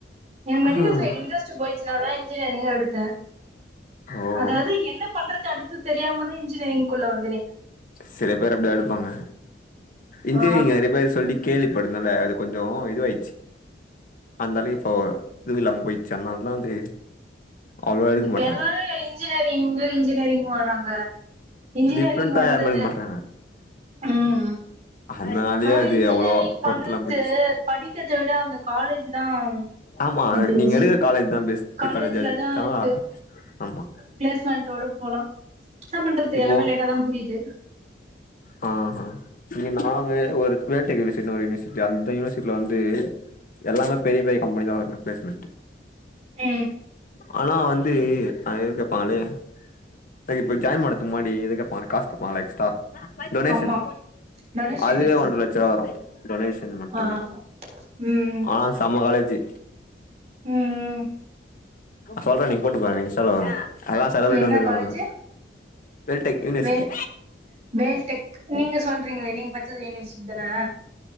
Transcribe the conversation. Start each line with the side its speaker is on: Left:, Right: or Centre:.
Right: எனக்கு மெடிக்கல்
Left: ஆ
Right: சைடு இ்ன்ட்ரஸ்ட்டு போயிட்ச்சு னாலதா இன்ஜினியரிங்கே எடுத்த
Left: ஓ
Right: அதாவது என்ன பண்றது அடுத் து தெரியாமதா இன்ஜினியரிங்க்குள்ள வந்தனே
Left: சில பேர் அப்டியா எடுப்பாங்க இன்ஜினியரிங்
Right: ஆ
Left: நெறைய பேர் சொல்லி கேள்விப்படுனால அது கொஞ்சோ இதுவாயிட்ச்சு அந்த அளவுக்கு இப்போ இதுவு இல்லாம போயிட்ச்சு அதனாலதா அது அவ்ளோவா
Right: ம்
Left: எடுக்க
Right: இப்ப
Left: மாட்றாங்க
Right: எல்லாரு இன்ஜினியரிங் இன்ஜினியரிங் இன்ஜினியரிங்னு வராங்க இன்ஜினியரிங்
Left: டிஃப்ரெண்டா
Right: வந்து
Left: யாரும் எடுக்க மாட்றாங்க
Right: ம்
Left: அதனாலயே
Right: ஆனா
Left: அது
Right: இன்ஜினியரிங்
Left: அவ்ளோ
Right: பண்றது
Left: ஒர்த்தெல்லாம் போயிடுச்சு
Right: படிக்கறத விட அந்த காலேஜ் தா
Left: ஆமா
Right: எனக்கு தெரிஞ்சு
Left: நீங்க எடுக்கிற காலேஜ்தா பெஸ்ட்டு
Right: காலேஜ்ல
Left: காலேஜா எட்த்தா
Right: தா இருக்கு
Left: ஆமா
Right: பிளேஸ்மெண்டோட போலா என்னா பண்றது
Left: இப்போ
Right: எல்லாமே லேட்டாதா புரியுது
Left: ஆ ஹா இங்க நாங்க ஒரு வேல்டெக் யுனிவர்சிட்டினு ஒரு யுனிவர்சிட்டி அந்த யுனிவர்சிட்டில வந்து எல்லாமே பெரிய பெரிய கம்பெனிதா வரது பிளேஸ்மெண்ட்டு
Right: ம்
Left: ஆனா வந்து ஆ இது கேப்பாங்களே ஆ இப்ப ஜாயின் பண்ற துக்கு முன்னாடி இது கேப்பாங்களே காசு கேப்பாங்களே எக்ஸ்ட்ரா டொனேஷன்
Right: ஆமா டொனேஷன்
Left: அதுவே
Right: ஃபீஸு
Left: ஒன்ர லட்ச ரூவா வரு டொனேஷன் மட்டுமே
Right: ஆ ம்
Left: ஆனா செம காலேஜு
Right: ம்
Left: சொல்றே நீங்க போட்டு பாருங்க எவ்ளோ வரு அதாலா செலபிரட்டி
Right: என்ன
Left: வந்திருக்காங்கங்க
Right: காலேஜு
Left: டேக் யூனிவர்சிட்டி
Right: வே வேல்டெக் நீங்க சொல்றீங்களே நீங்க படிச்சது யூனிவர்சிட்டி தான